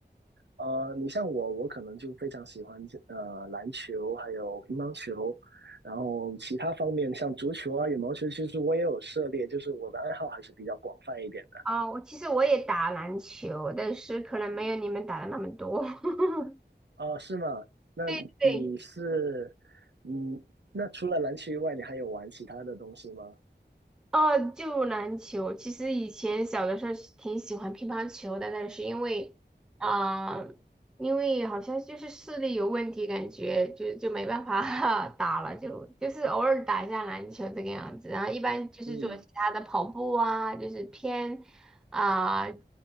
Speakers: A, on the right; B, in the centre.
A: 呃，你像我，我可能就非常喜欢呃篮球，还有乒乓球，然后其他方面像足球啊、羽毛球，其实我也有涉猎，就是我的爱好还是比较广泛一点的。
B: 啊、我其实我也打篮球，但是可能没有你们打的那么多。<laughs>
A: 哦，是吗？那你是，
B: 对对，
A: 嗯，那除了篮球以外，你还有玩其他的东西吗？
B: 哦，就篮球。其实以前小的时候是挺喜欢乒乓球的，但是因为啊、因为好像就是视力有问题，感觉就就没办法 <laughs> 打了，就就是偶尔打一下篮球这个样子。然后一般就是做其他的跑步啊，
A: 嗯，
B: 就是偏啊